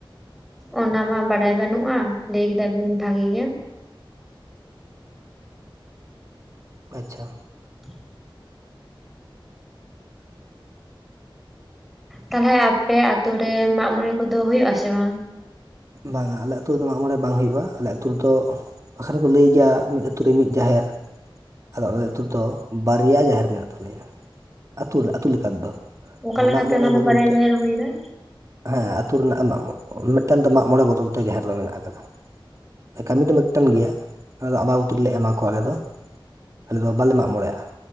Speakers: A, in the centre; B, on the right.
A: ᱚᱱᱟᱢᱟ ᱵᱟᱲᱟᱭ ᱵᱟᱹᱱᱩᱜᱼᱟ ᱞᱟᱹᱭ ᱠᱮᱫᱟ ᱵᱤᱱ ᱵᱷᱟᱜᱮ ᱜᱮ
B: ᱟᱪᱪᱷᱟ
A: <inaudible> ᱛᱟᱞᱦᱮ ᱟᱯᱮ ᱟᱛᱩᱨᱮ ᱢᱟᱜᱢᱚᱬᱮ ᱠᱚᱫᱚ ᱦᱩᱭᱩᱜ ᱟᱥᱮ ᱵᱟᱝ
B: ᱵᱟᱝᱟ ᱟᱞᱮ ᱟᱛ ᱨᱮᱫᱚ ᱢᱟᱜᱢᱚᱬᱮ ᱵᱟᱝ ᱦᱩᱭᱩᱜᱼᱟ ᱟᱞᱮ ᱟᱛᱩ ᱨᱮᱫᱚ ᱵᱟᱠᱷᱟᱱ ᱠᱚ ᱞᱟᱹᱭ ᱜᱮᱭᱟ ᱢᱤᱫ ᱟᱛᱳ ᱨᱮ ᱢᱤᱫ ᱡᱟᱦᱮᱨ ᱟᱫᱚ ᱟᱞᱮ ᱟᱛᱳ ᱫᱚ ᱵᱟᱨᱭᱟ ᱡᱟᱦᱮᱨ ᱢᱮᱱᱟᱜ ᱛᱟᱞᱮᱭᱟ ᱟᱹᱛᱩ ᱟᱹᱛᱩ ᱞᱮᱠᱟ ᱫᱚ
A: ᱚᱠᱟ ᱞᱮᱠᱟᱛᱮ
B: ᱢᱟᱜ ᱢᱚᱬᱮ
A: ᱚᱱᱟ ᱫᱚ
B: ᱵᱚᱫᱚᱞ
A: ᱵᱟᱨᱭᱟ
B: ᱛᱮ
A: ᱡᱟᱦᱮᱨ ᱦᱩᱭᱱᱟ
B: ᱦᱮᱸ ᱟᱹᱛᱩ ᱨᱮᱱᱟᱜ ᱢᱟᱜ ᱢᱤᱫᱴᱟᱝ ᱫᱚ ᱢᱟᱜ ᱢᱚᱬᱮ ᱵᱚᱫᱚᱞ ᱛᱮ ᱡᱟᱦᱮᱨ ᱫᱚ ᱢᱮᱱᱟᱜ ᱠᱟᱫᱟ ᱠᱟᱹᱢᱤ ᱫᱚ ᱢᱤᱫᱴᱮᱱ ᱜᱮᱭᱟ ᱟ ᱟᱵᱟ ᱵᱩᱛᱤ ᱨᱮᱞᱮ ᱮᱢᱟ ᱠᱚᱣᱟ ᱟᱞᱮ ᱫᱚ ᱟᱞᱮ ᱫᱚ ᱵᱟᱞᱮ ᱢᱟᱜ ᱢᱚᱬᱮᱮᱜᱼᱟ